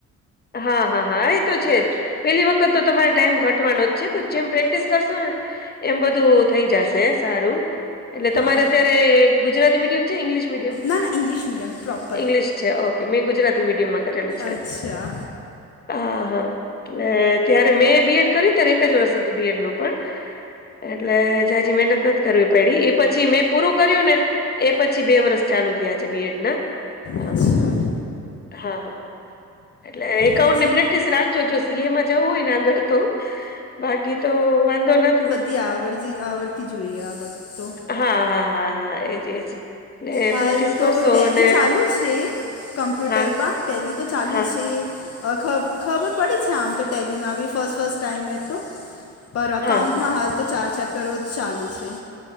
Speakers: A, on the left; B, on the left.
A: હા હા હા એ તો છે જ. પેલી વખત તો તમારે ટાઈમ ઘટવાનો જ છે પણ જેમ પ્રેક્ટિસ કરશો ને એમ બધું થઈ જશે સારું. એટલે તમારે
B: હા
A: અત્યારે ગુજરાતી મીડિયમ છે ઇંગ્લિશ મીડિયમ
B: ના ના ઇંગ્લિશ મીડિયમ પ્રોપર
A: ઇંગ્લિશ? છે ઓકે મેં ગુજરાતી મીડિયમમાં કરેલું છે
B: અચ્છા
A: હા-હા. એટલે ત્યારે મેં બીએડ કર્યું ત્યારે એક જ વરસ હતું બીએડ નું પણ એટલે જાજી મહેનત નથી. કરવી પડી એ પછી મેં પૂરું કર્યું ને એ પછી બે વરષ ચાલુ થયા છે બીએડ ના હા
B: અચ્છા
A: હા હા એટલે એકાઉડ
B: પછી
A: ની પ્રેક્ટિસ રાખજો જો સીએમાં જવું હોય ને આગળ તો બાકી તો વાંધો નથી.
B: આવડ આવડતી જોઈએ આ બધ તો.
A: હા હા હા હા એજ એજ. ને
B: હાલ
A: પ્રેક્ટિસ
B: તો
A: કરશો
B: ટેલી
A: અને
B: ચાલુ છે. કમ્પ્યુટરમાં
A: હા
B: ટેલી તો ચાલુ
A: હા
B: છે અ ખબ ખબર પડી છે આમ તો ટેલીમાં બી ફર્સ્ટ ફસ્ટ ટાઈમ હે તો પર
A: હા
B: અકાઉન્ટમાં
A: હા
B: હાલ તો ચાર ચેપ્ટરો જ ચાલુ છે.